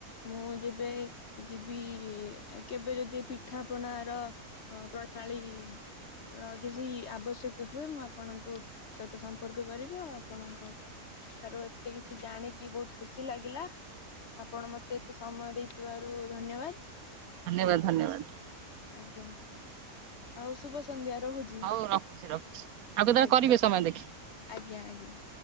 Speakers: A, on the left; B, on the right.
A: ମୁଁ ଯେବେ ଯିବି କେବେ ଯଦି ପିଠାପଣାର ଅ ପ୍ରଣାଳୀ ର କିଛି ଆବଶ୍ୟକ ହୁଏ ମୁଁ ଆପଣଙ୍କୁ ସହିତ ସମ୍ପର୍କ କରିବି ଆଉ ଆପଣଙ୍କ ଠାରୁ ଏତେ କିଛି ଜାଣିକି ବହୁତ ଖୁସି ଲାଗିଲା। ଆପଣ ମତେ ଏତେ ସମୟ ଦେଇଥିବାରୁ ଧନ୍ୟବାଦ।
B: ଧନ୍ୟବାଦ ଧନ୍ୟବାଦ।
A: ଆଜ୍ଞା। ଆଉ ଶୁଭ ସନ୍ଧ୍ୟା ରହୁଛି।
B: ହଉ ରଖୁଚି ରଖୁଚି ଆଉ କେତେବେଳେ
A: ଆଜ୍ଞା
B: କରିବେ ସମୟ ଦେଖିକି।
A: ଆଜ୍ଞା ଆଜ୍ଞା।